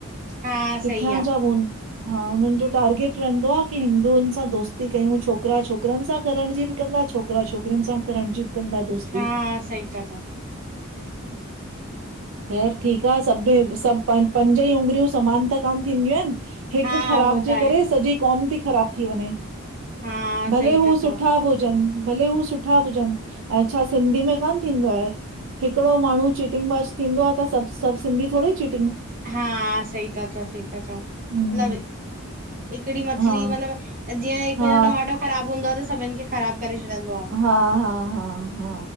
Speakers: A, on the right; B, on the right.
A: हा
B: किथां
A: सही आ
B: जा हू अन? हा हुनन जो टारगेट रहंदो आ, की हिंदुन सां दोस्ती कयूं, छोकरा छोकरन सां करण जी बि कंदा, छोक छोकरा छोकरिन सां बि करणजी बि कंदा, दोस्ती।
A: हा सही था चओ
B: ख़ैरु ठीक आ, सभ में, सभ पं पंज ई उङर्यूं समान त कान थींदयूं एन। हिक
A: हा
B: ख़राब
A: उहो त
B: जे
A: आहे
B: करे सॼी कौम ती खराब थी वञे,
A: हा
B: भले
A: सही
B: हू
A: था चओ
B: सुठा बि हुजन‌, भले हू सु सुठा बि हुजन, अएं छा सिंधी में कान थींदो आहे, हिकड़ो माण्हूं चीटिंग बाज़ थींदो आ, त सभ, सभ सिंधी थोड़ी ची
A: हा, सई ता चौ, सई ता चौ,
B: हम्म
A: उन बि हिकड़ी मछली
B: हा
A: मतलब, जीअं हिकड़ो
B: हा
A: टमाटो ख़राब हूंदो आ, त सभिन खे ख़राब करे छॾन
B: हा हा, हा हा